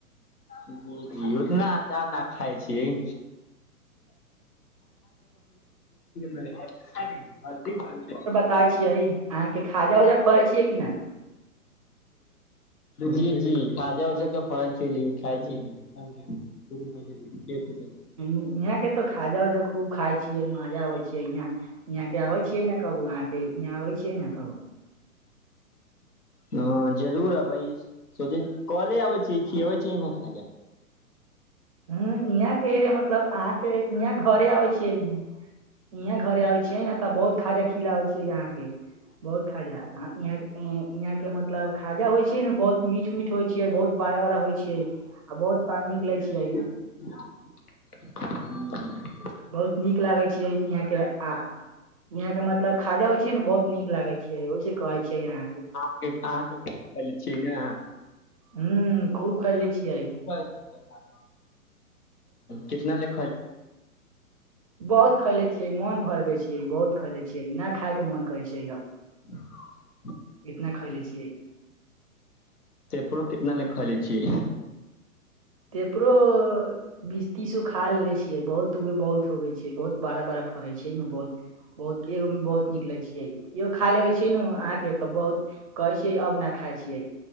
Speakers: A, on the left; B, on the right.
A: जी उतना अचार नहि खाय छियै। इन रचै। <unintelligible>
B: बता छियै अहाँकेँ खाजा उजा फड़ै छियै किने।
A: जी जी खाजा उजा त फरल छै खाइ छी नहि दऽ पहिल देख।
B: यहाँकेँ तो खाजा उजा खूब खायइ छियै मजा आबै छियै यहा यहाँ के आबे छियै ने कह। के इहा अबै छियै इहाँ कहू।
A: हँ जरूर अबै सोचे कले अबै छी खियबै छी नहि खा
B: ह इहाँ के मतलब अहाँकेँ इहाँ घरे आबै छियै। इहे घरे आबे छियै ने तऽ बहुत खाजा खिलाबै छै यहाँकेँ बहुत खाजा। यहाँ के मतलब खाजा होइ छै ने बहुत मीठ मीठ होइ छै बहुत। बड़ा बारा होइ छियै बहुत पानि निकले छियै।
A: हू।
B: बहुत नीक लागै छियै यहाँकेँ आके। यहाँ के मतलब खाजा होइ छै ने बहुत नीक लागै छै ओहिसे कहै छियै यहाँ के।
A: अहाँकेँ आ फल छियै ने अह।
B: हू खूब खइले छीय आई।
A: ह। <unintelligible> कितना लग।
B: बहुत खैले छियै मोन भरबै छियै ई बहुत खैलै छियै नहि खायके मन करै छै अब
A: ह।
B: इतना खाले छिये
A: पेपरो कितना खैले छियै।
B: पेपरो। बीस तीसो खा लिये छियै बहुत उए बहुत होगे छै बहुत बड़ा बड़ा फड़े छैमे बहुत बहुत एक बहुत। निकले छियै एो खा लेबे छी न अहाँकेँ त बहुत कहे छियै अब न खाय छियै